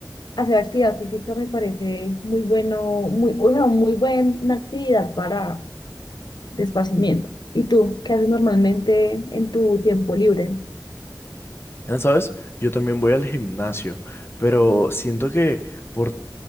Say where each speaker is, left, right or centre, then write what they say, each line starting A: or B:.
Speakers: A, on the left; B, on the left.
A: Hacer actividad física me parece muy bueno, muy, o sea, muy buena actividad para de esparcimiento. ¿Y tú qué haces normalmente en tu tiempo libre?
B: Ya sabes, yo también voy al gimnasio, pero siento que por